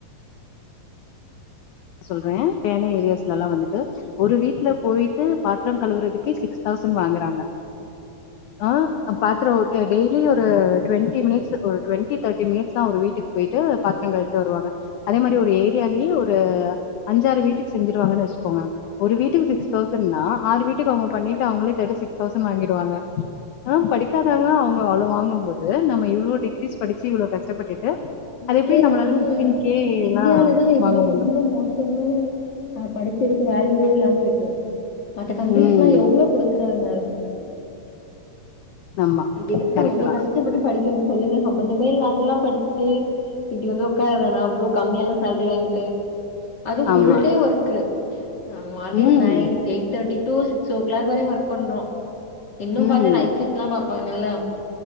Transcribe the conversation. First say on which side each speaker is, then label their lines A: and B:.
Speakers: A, on the left; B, on the left.
A: சொல்றேன் பேனே ஏரியாஸ்லல்லாம் வந்துட்டு ஒரு வீட்ல போயிட்டு பா த்ரம் கழுவறதுக்கு சிக்ஸ் தௌசண்ட் வாங்கறாங்க ஆ
B: ம்
A: பாத்தரோ ஒழுக்க டே லி ஒரு டுவென்டி மிட்ஸ் ஒரு டுவெண்டி தேர்டி மினிட்ஸ் தா ஒரு வீட்டுக்கு போயிட்டு பாத்ரம் கழுவிட்டு வருவாங்க அதே மாரி ஒரு ஏரியாலயே
B: ம்
A: ஒரு அஞ்சாறு வீட்டுக் செஞ்சிருவாங்கனு வச்சுக்கோங்க ஒரு வீட்டுக்கு
B: ம்
A: சிக்ஸ் தௌசண்னா ஆறு வீட்டுக்கு அவங்க பண்ணிட்டு அவங்களே தேட்டிசிக்ஸ் தௌசண் வாங்கிருவாங்க
B: ஆமா
A: ஆ படிக்காதவங்க அவங்க அவ்ளோ வாங்கும் போது நம்ம இவ்ளோ டிகிரிஸ் படிச்சு இவ்ளோ கஷ்டப்பட்டுட்டு அது
B: இல்ல
A: எப்டி
B: இல்ல
A: நம்மளால
B: இந்த
A: ஃபிப்டீன் கே
B: இந்தியால
A: எல்லா
B: தான் இவ்ளோ
A: வாங்க முடியு
B: ரொம்ப மோ சமான நா படிச்சதுக்கு வேல்யூவே இல்லாம இருக்கு மத்த கண்ரீஸ்ல்லா
A: ம்
B: எவ்ளோ குடுக்குறாங்க
A: ஆமா
B: அதுக் எதுக்கு
A: கரெக்ட்
B: நம்ம
A: தா
B: கஷ்டப்பட்டு படிக்கணும் சொல்லுங்க சம்பமந்தமே இல்லாதெல்லா படிச்சிட்டு இப்டி வந்து உட்காரதானா இவ்ளோ கம்மியான சேலரி வாங்கிட்டு அது ஃபுல்
A: ஆமா
B: டே ஒர்க்கு ஆ மார்னிங்
A: ம்
B: nine eight thirty two six o'clock வரையு ஒர்க் பண்றோம் இன்னும்
A: ம்
B: பாத்தா நைட் சிப்ட்லா பாப்பாங்கள்ல